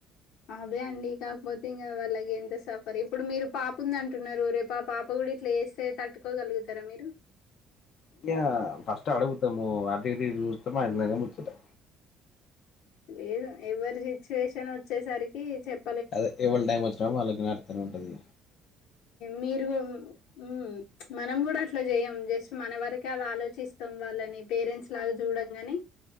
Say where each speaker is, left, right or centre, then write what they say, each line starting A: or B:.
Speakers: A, on the left; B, on the left.
A: అదే అండి కాకపోతే ఇంకా వాళ్ళకి ఎంత సఫర్ ఇప్పుడు మీరు పాప ఉంది అంటున్నారు రేపు పాప కూడా ఇప్పుడు ఇట్లా చేస్తే తట్టుకోగలుగుతారా మీరు
B: ఇగ ఫస్ట్ అడుగుతాం అటు ఇటు చూస్తాము <unintelligible>
A: లేదు ఎవరి సిచ్యువేషన్ వచ్చేసరికి చెప్ప
B: అది ఎవ టైం వచ్చినప్పు డే వాళ్ళకి నతనే ఉంటది
A: మీరు ఉ మనం కూడా అట్లా చేయం జస్ట్ మన వరకే అలా ఆలోచిస్తాం వాళ్ళని పేరెంట్స్ లాగా చూడం కని